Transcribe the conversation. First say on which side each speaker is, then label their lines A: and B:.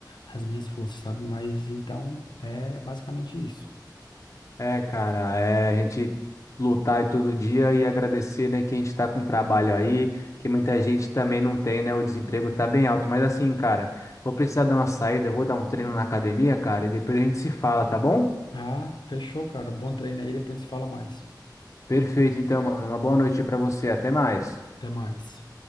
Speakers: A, on the left (about 80°); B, on the left (about 40°).
A: as minhas forças, sabe? Mas então é basicamente isso.
B: É, cara, é a gente lutar aí todo dia e agradecer, né, que a gente tá com trabalho aí, que muita gente também não tem, né, o desemprego tá bem alto. Mas assim, cara, vou precisar dar uma saída, vou dar um treino na academia, cara, e depois a gente se fala, tá bom?
A: Ah, fechou, cara. Bom treino aí, depois a gente se fala mais.
B: Perfeito, então, mano, uma boa noite pra você, até mais.
A: Até mais.